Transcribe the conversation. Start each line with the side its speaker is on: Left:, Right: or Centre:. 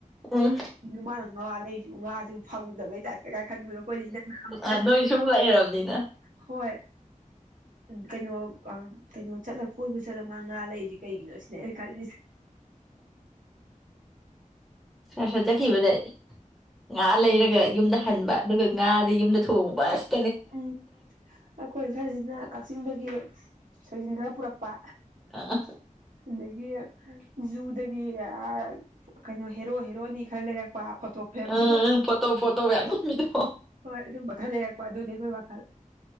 Centre: ꯎꯝ
Right: ꯀꯩꯅꯣ ꯃꯅꯥ ꯉꯥ ꯂꯩ ꯎꯉꯥꯖꯨ ꯐꯪꯗꯕꯩ ꯇꯥꯏꯞ ꯀꯩꯀꯥꯏ ꯈꯟꯕꯗꯣ ꯑꯩꯈꯣꯏꯗꯤ ꯏꯅꯛ ꯅꯛꯑꯝꯅꯤꯅ
Centre: ꯑ
Right: ꯍꯥ
Centre: ꯅꯣꯏ ꯁꯨꯝ ꯂꯩꯔꯕꯅꯤꯅ
Right: ꯍꯥ ꯍꯣꯏ ꯀꯩꯅꯣ ꯑꯝ ꯀꯩꯅꯣ ꯆꯠꯂ ꯀꯣꯏꯕ ꯆꯠꯂ ꯃꯥ ꯉꯥ ꯂꯩꯔꯤ ꯀꯩꯒꯤꯅꯣ ꯁꯤꯅꯦ ꯑꯩꯅ ꯈꯜꯂꯤꯁꯦ
Centre: ꯁꯥꯔ ꯁꯠ ꯆꯠꯈꯤꯕꯗ ꯉꯥ ꯂꯩꯔꯒ ꯌꯨꯝꯗ ꯍꯟꯕ ꯑꯗꯨꯒ ꯉꯥꯗꯤ ꯌꯨꯝꯗ ꯊꯣꯡꯕ ꯑꯁ
Right: ꯎꯝ ꯑꯩꯈꯣꯏꯅ ꯈꯜꯂꯤꯖꯤꯅ ꯀꯛꯆꯤꯡꯗꯒꯤ ꯁꯣꯏꯖꯤꯟ ꯈꯔ ꯄꯨꯔꯛꯄ
Centre: ꯑ
Right: ꯑꯗꯒꯤ ꯖꯨꯗꯒꯤ ꯑꯥ ꯀꯩꯅꯣ ꯍꯦꯔꯣ ꯍꯦꯔꯣꯅꯤ ꯈꯔ ꯂꯩꯔꯛ ꯐꯣꯇꯣ ꯐ꯭ꯔꯦꯝꯗꯣ
Centre: ꯑ ꯐꯣꯇꯣ ꯐꯣꯇꯣ ꯌꯥꯝ ꯅꯝꯃꯤꯗꯣ
Right: ꯍꯣꯏ ꯑꯗꯨꯝꯕ ꯈꯔ ꯂꯩꯔꯛꯄ ꯑꯗꯨ ꯑꯩꯈꯣꯏ ꯋꯈꯜ